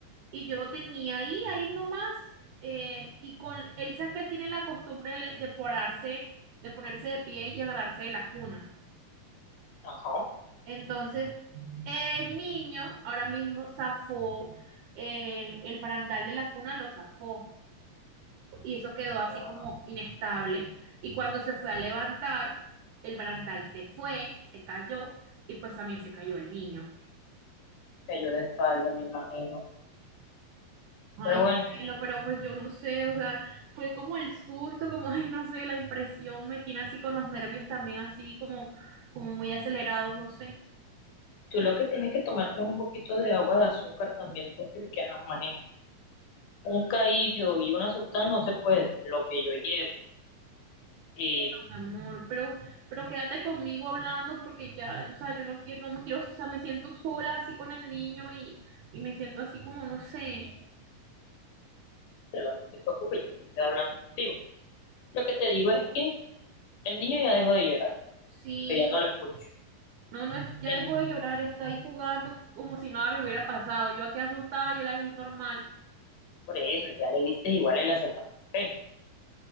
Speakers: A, on the right; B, on the left.
A: y yo lo tenía ahí, ahí nomás, eh, y con él, sabe que él tiene la costumbre de, de porarse, de ponerse de pie y agarrarse de la cuna.
B: ajá.
A: Entonces El niño ahora mismo zafó eh, el barandal de la cuna, lo zafó y eso quedó así
B: Ah,
A: como inestable. Y cuando se fue a levantar, el barandal se fue, se cayó y pues también se cayó el niño.
B: cayó de espalda, me imagino.
A: Ay,
B: Pero bueno,
A: cielo, pero pues yo no sé, o sea, fue como el susto, como, ay, no sé, la impresión me tiene así con los nervios también así como, como muy acelerados, no sé.
B: Tú lo que tienes que tomarte es un poquito de agua de azúcar también, tú, porque ajá, imagínate, un caído y una asustada no se puede, lo que yo llevo. Y
A: Amor, pero, pero quédate conmigo hablando porque ya, o sea, yo no quiero, no me quiero, o sea, me siento sola así con el niño y, y me siento así como, no sé,
B: pero no te preocupes, yo me estoy hablando contigo. Lo que te digo es que el niño ya dejó de llorar,
A: sí,
B: pero ya no lo escucho.
A: no, no, es- ya
B: En-
A: dejó de llorar, está ahí jugando como si nada le hubiera pasado, yo aquí asustada y él ahí normal,
B: por eso, ya le diste igual el acetaminofén,